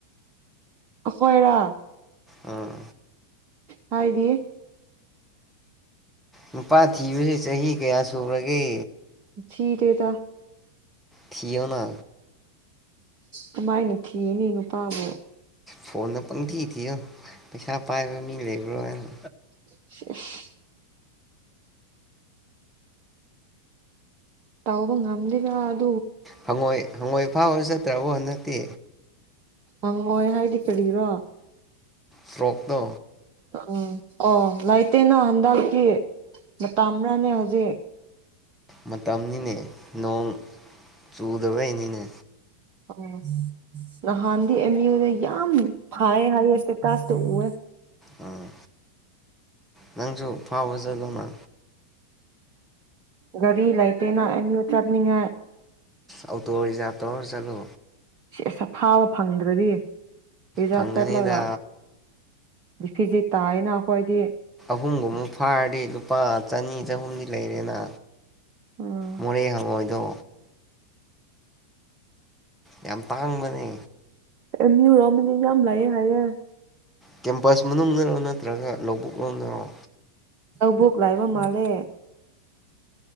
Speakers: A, on the right (about 40°); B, in the centre.
A: ꯈꯣꯏꯔꯥ
B: ꯎꯝ
A: ꯍꯗ
B: ꯅꯨꯄꯥ ꯊꯤꯕꯁꯦ ꯆꯍꯤ ꯀꯌꯥ ꯁꯨꯔꯒꯦ
A: ꯊꯗꯦ ꯆ
B: ꯊꯤꯑꯣꯅ
A: ꯀꯃꯥꯏꯅ ꯊꯤꯅꯤ ꯅꯨꯄꯥꯕꯨ
B: ꯐꯣꯟ ꯄꯪ ꯊꯤꯗꯤꯣ ꯄꯁꯥ ꯄꯥꯏꯕ ꯃꯤꯡ ꯂꯩꯕ꯭ꯔꯣ ꯍꯥꯏꯅ
A: <unintelligible> ꯇꯥꯎꯑꯣꯕ ꯉꯝꯂꯤ <unintelligible>
B: ꯍꯪꯉꯣꯏ ꯍꯪꯣꯏ ꯑꯐꯥꯎꯕ ꯆꯠꯇ꯭ꯔꯕꯣ ꯍꯟꯗꯛꯇꯤ
A: ꯍꯪꯉꯣꯏ ꯍꯥꯏꯗꯤ ꯀꯔꯤꯔꯣ
B: ꯐ꯭ꯔꯣꯛꯗ
A: ꯎꯝ ꯑꯣ ꯂꯩꯇꯦꯅ ꯍꯟꯗꯛꯀꯤ ꯃꯇꯝꯥ ꯑꯃ꯭ꯔꯥꯅꯦ ꯍꯧꯖꯤꯛ
B: ꯃꯇꯝꯅꯤꯅꯦ ꯅꯣꯡ ꯆꯨꯗꯕꯩꯅꯤꯅꯦ
A: ꯑꯣ ꯅꯍꯥꯟꯗꯤ ꯑꯦꯃꯤ ꯑꯣꯅ ꯌꯥꯝ ꯐꯌꯦ ꯍꯌꯦ ꯇ ꯇꯥꯁ ꯎ ꯎ
B: ꯑꯥ ꯅꯪꯁꯨ ꯐꯥꯎꯕ ꯆꯠꯂꯨꯅ
A: ꯒꯥꯔꯤ ꯂꯩꯥꯏꯇꯦꯅ ꯑꯦꯅꯤ ꯆꯠꯅꯤꯡꯉ
B: ꯑꯣꯇꯣ ꯔꯤꯖꯥꯚ ꯇꯔ ꯆꯂꯣ
A: ꯁꯤꯁꯐꯥꯕ ꯐꯪꯗ꯭ꯔꯗꯤ ꯔꯤꯖꯥꯚ
B: ꯐꯪꯒꯅꯤꯗ
A: ꯆꯠꯂꯒ ꯐꯤꯖꯤ ꯇꯥꯏꯅ ꯑꯩꯈꯣꯏꯗꯤ
B: ꯑꯍꯨꯝꯒꯨꯝꯃꯨꯛ ꯐꯥꯔꯗꯤ ꯂꯨꯄꯥ ꯆꯅꯤ ꯆꯍꯨꯝꯗꯤ ꯂꯩꯔꯦꯅ
A: ꯎꯝ
B: ꯃꯣꯔꯦ ꯍꯉꯣꯏ ꯗꯣ ꯌꯥꯝ ꯇꯥꯡꯕꯅꯦ
A: ꯑꯦꯝ ꯌꯨ ꯔꯣꯝꯗ ꯌꯥꯝ ꯂꯥꯛꯌꯦ ꯍꯥꯏꯌꯦ
B: ꯀꯦꯝꯄꯁ ꯃꯅꯨꯡꯗꯔꯣ ꯅꯠꯇ꯭ꯔꯒ ꯂꯧꯕꯨꯛ ꯂꯣꯝꯗꯔꯣ
A: ꯂꯧꯕꯨꯛ ꯂꯩꯕ ꯃꯥꯂꯦ